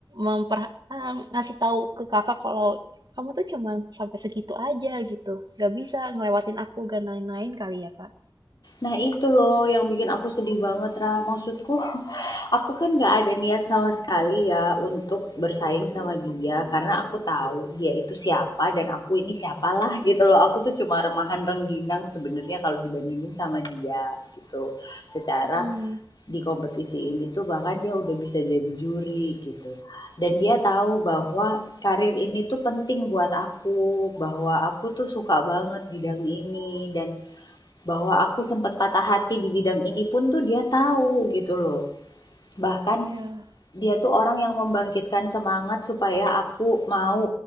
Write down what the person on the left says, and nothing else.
Nah itu loh yang bikin aku sedih banget, Ra. Maksudku <laughs> Aku kan nggak ada niat sama sekali ya untuk bersaing sama dia, karena aku tahu dia itu siapa dan aku ini siapalah gitu loh. Aku tuh cuma remahan rengginang sebenarnya kalau dibandingin sama dia gitu. Secara
di kompetisi ini tuh bahkan dia udah bisa jadi juri gitu. Dan dia tahu bahwa karir ini tuh penting buat aku, bahwa aku tuh suka banget bidang ini dan bahwa aku sempat patah hati di bidang ini pun tuh dia tahu gitu loh. Bahkan
dia tuh orang yang membangkitkan semangat supaya aku mau,